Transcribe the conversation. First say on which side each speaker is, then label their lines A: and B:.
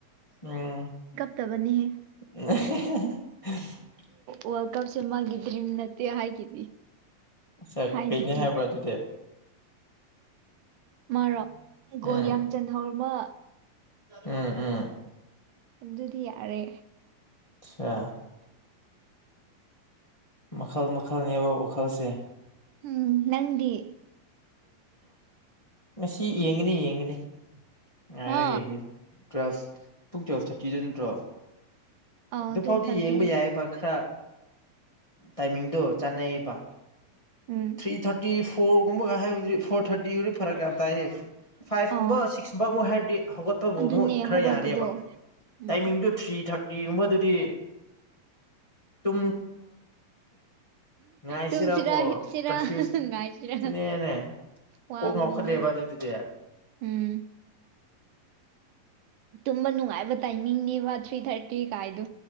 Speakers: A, on the left; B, on the right.
A: ꯎꯝ
B: ꯐꯠꯇꯕꯅꯤꯍꯦ
A: <inaudible>
B: ꯋꯥꯔꯜꯗ ꯀꯞꯁꯦ ꯃꯥꯒꯤ ꯗ꯭ꯔꯤꯝ ꯅꯠꯇꯦ ꯍꯥꯏꯈꯤꯗꯤ
A: ꯑ
B: ꯍꯥꯏꯗꯨꯗꯤ
A: ꯀꯩꯅꯦ ꯍꯥꯏꯕ꯭ꯔꯥ ꯑꯗꯨꯗꯤ
B: ꯃꯥꯔꯣ ꯒꯣꯜ
A: ꯎꯝ
B: ꯌꯥꯝ ꯆꯟꯍꯔꯃ
A: ꯎꯝ ꯎꯝ
B: ꯑꯗꯨꯗꯤ ꯌꯥꯔꯦ
A: ꯑꯆꯥ ꯃꯈꯜ ꯃꯈꯜꯅꯦꯕ ꯋꯥꯈꯜꯁꯦ
B: ꯎꯝ ꯅꯟꯗꯤ
A: ꯉꯁꯤ ꯌꯦꯡꯅꯤ ꯌꯦꯡꯅꯤ ꯉꯥꯏꯔ
B: ꯍꯥ
A: ꯌꯦꯡꯅꯦ ꯇꯨꯋꯦꯜꯐ ꯄꯨꯡ ꯇꯨꯋꯦꯜ ꯊꯥꯔꯇꯤꯗ ꯅꯠꯇ꯭ꯔꯣ
B: ꯑꯥ
A: ꯑꯗꯨꯐꯥꯎꯗꯤ
B: ꯇꯨꯌꯦꯜꯞ ꯊꯥꯔꯇꯤ
A: ꯌꯦꯡꯕ ꯌꯥꯏꯕ ꯈꯔ ꯇꯥꯏꯃꯤꯡꯗꯣ ꯆꯥꯟꯅꯩꯌꯦꯕ
B: ꯎꯝ
A: ꯊ꯭ꯔꯤ ꯊꯥꯔꯇꯤ ꯐꯣꯔꯒꯨꯝꯕꯒ ꯍꯥꯏ ꯐꯣꯔ ꯊꯥꯔꯇꯤꯨꯔ ꯐꯔꯛ ꯌꯥꯝ ꯇꯥꯏꯌꯦ ꯐꯥꯏꯚꯀꯨꯝꯕ
B: ꯑꯥꯎ
A: ꯁꯤꯛꯁꯀꯨꯝꯕ ꯑꯃꯣꯏ ꯍꯥꯏꯔꯗꯤ ꯍꯧꯒꯠꯄꯕꯨ
B: ꯑꯗꯨꯅꯦ
A: ꯃꯨꯣꯏ ꯈꯔ
B: ꯍꯧꯒꯠꯄꯗꯣ
A: ꯌꯥꯔꯦꯕ
B: ꯎꯝ
A: ꯇꯥꯏꯃꯤꯡꯗꯨ ꯊ꯭ꯔꯤ ꯊꯥꯔꯇꯤꯒꯨꯝꯕ ꯑꯗꯨꯗꯤ ꯇ ꯉꯥꯏꯁꯤꯔꯥꯀꯣ
B: ꯇꯝꯁꯤꯔꯥ ꯍꯤꯞꯁꯤꯔꯥ
A: ꯀꯟꯐ꯭ꯌꯨꯁ
B: ꯉꯥꯏꯁꯤꯔꯥ
A: ꯑꯗꯨꯅꯦꯅꯦ
B: ꯋꯥꯕꯅꯤꯅꯦ
A: ꯀꯣꯛ ꯉꯥꯎꯈꯠꯂꯦꯕ ꯑꯗꯨꯗꯨꯗꯤ
B: ꯎꯝ ꯇꯨꯝꯕ ꯅꯨꯡꯉꯥꯏꯕ ꯇꯥꯏꯃꯤꯡꯅꯦꯕ ꯊ꯭ꯔꯤ ꯊꯥꯔꯇꯤ ꯀꯥꯏꯗꯣ